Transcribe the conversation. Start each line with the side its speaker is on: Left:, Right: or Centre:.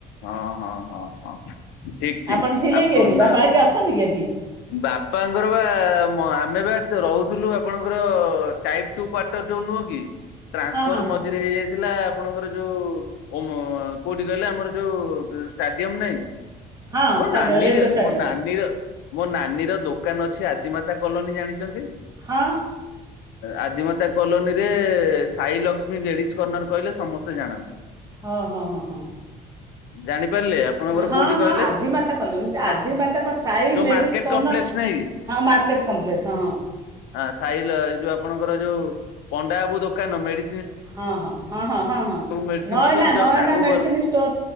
Left: ହଁ ହଁ ହଁ ହଁ। ଠିକ ଠିକ
Right: ଆପଣ ଥିଲେ
Left: ଆପ ନ
Right: କି ଏଠି
Left: ବା
Right: ବାପା ହେରିକା ଅଛନ୍ତି କି ଏଠି
Left: ବାପାଙ୍କର ବା ମ ଆମେ ବା ରହୁଥିଲୁ ଆପଣଙ୍କର ଟାଇପ୍ ଟୁ କ୍ୱାଟର ଯୋଉ ନୁହଁ କି? ଟ୍ରାନ୍ସଫର
Right: ହଁ ହଁ ହଁ
Left: ମଝିରେ ହେଇଯାଇଥିଲା ଆପଣଙ୍କର ଯୋଉ ଓମ କୋଉଠି କହିଲେ ଆମର ଯୋଉ ଷ୍ଟାଡିୟମ ନାଇଁ?
Right: ହଁ
Left: ମୋ
Right: ଷ୍ଟାଡ଼ିୟମ୍
Left: ନାନୀର
Right: ରେଲୱେ ଷ୍ଟାଡ଼ିୟମ୍
Left: ମୋ ନାନୀର ମୋ ନାନୀ ର ଦୋକାନ ଅଛି ଆଦିମାତା କଲୋନୀ ଜାଣିଚନ୍ତି?
Right: ହଁ।
Left: ଆଦିମାତା କଲୋନୀ ରେ ସାଇ ଲକ୍ଷ୍ମୀ ଲେଡିସ୍ କର୍ଣ୍ଣର କହିଲେ ସମସ୍ତେ ଜାଣନ୍ତି।
Right: ହଁ ହଁ ହଁ ହଁ।
Left: ଜାଣିପାରିଲେ ଆପଣଙ୍କର
Right: ହଁ
Left: କୋଉଠି
Right: ହଁ
Left: କହିଲେ
Right: ଆଦି ମାତା କଲୋନୀ ଆଦି
Left: ଆ
Right: ମାତାଙ୍କ ସାଇ
Left: ଯୋଉ
Right: ଲେଡ଼ିଜ
Left: ମାର୍କେଟ
Right: କର୍ଣ୍ଣର
Left: କମ୍ପ୍ଲେକ୍ସ ନାଇଁ
Right: ହଁ ମାର୍କେଟ କମ୍ପ୍ଲେକ୍ସ ହଁ।
Left: ହଁ ସାଇିଲ ଏଇ ଯୋଉ ଆପଣଙ୍କର ଯୋଉ ପଣ୍ଡା ବାବୁ ଦୋକାନ ମେଡିସି
Right: ହଁ ହଁ ହଁ ହଁ ହଁ ହଁ
Left: ମେଡିସିନ
Right: ନଏନା
Left: ଷ୍ଟୋର ଜଷ୍ଟ
Right: ନଏନା
Left: ଆଗକୁ
Right: ମେଡ଼ିସିନ
Left: ଗଲା
Right: ଷ୍ଟୋର